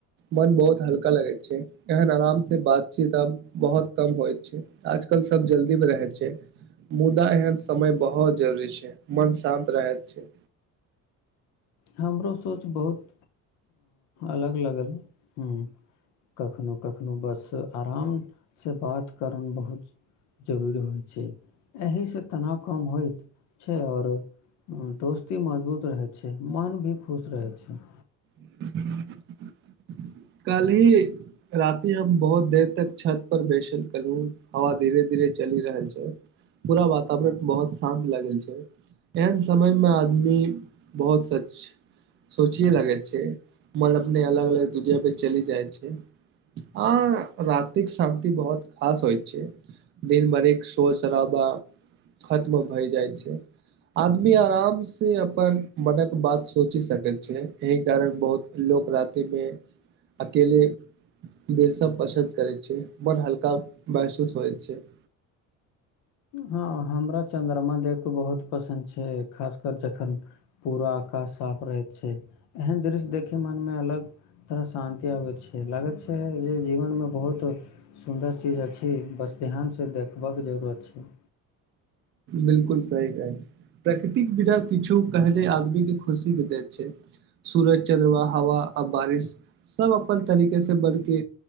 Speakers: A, on the right; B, on the left.
A: मन बहुत हल्का लगै छै एहन आराम से बातचीत आब बहुत कम होइ छै आजकल कल सब जल्दी मे रहै छै मुदा एहन समय बहुत जरूरी छै मन शान्त रह छै
B: हमरो सोच बहुत अलग लगल ह कखनहु कखनोहु बस आरामसँ बात करण बहुत जरूरी होइ छै एसँ तनाव कम होइ छै आओर दोस्ती मजबूत रहै छै मन भी खुश रहै छै
A: ह कल ही राति हम बहुत देर तक छत पर बैसल केलहु हवा धीरे धीरे चलि रहल छै पूरा वातावरण बहुत शान्त लागल छै एहन समयमे आदमी बहुत सच सोचे लगै छै मन अपने अलग अलग दुनिया पे चलि जाइ छै आ रातिक शान्ति बहुत खास होइ छै दिन भरिक शोर शराबा खत्म भय जाइ छै आदमी आराम से अपन मनक बात सोचि सकैत छै एहि कारण बहुत लोक राति मे अकेले बेसब पसन्द करै छै बड हल्का महसूस होइ छै <inaudible>
B: हँ हमरा चंद्रमा देख बहुत पसन्द छै खासकर जखन पूरा आकाश साफ रहैत छै एहन दृश्य देखै मनमे अलग तरह शान्ति आबैत छै लागैत छै जे जीवन मे बहुत सुन्दर चीज अछि बस ध्यान सँ देखबयके जरूरत छै
A: बिलकुल सही कहै छियै प्राकृतिक बिना किछु कहनेे आदमी के खुशी मे दैत छै सूरज चद्रमा हवा आ बारिश सब अपन तरीके से बड के